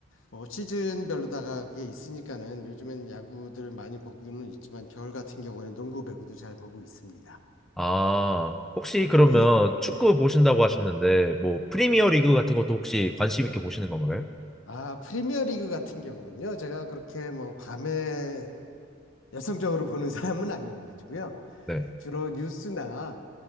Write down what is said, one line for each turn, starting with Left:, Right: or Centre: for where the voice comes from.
Left: 뭐 시즌별로다가 그게 있으니까는 요즘엔 야구들 많이 보고는 있지만 겨울 같은 경우에는 농구, 배구도 잘 보고 있습니다.
Centre: 아 혹시 그러면
Left: 에이,
Centre: 축구
Left: 예.
Centre: 보신다고 하셨는데 뭐 프리미어 리그 같은 것도 혹시 관심 있게 보시는 건가요?
Left: 아, 프리미어리그 같은 경우는요. 제가 그렇게 뭐 밤에 <laughs> 열성적으로 보는 사람은 아니어가지고요.
Centre: 네.
Left: 주로 뉴스나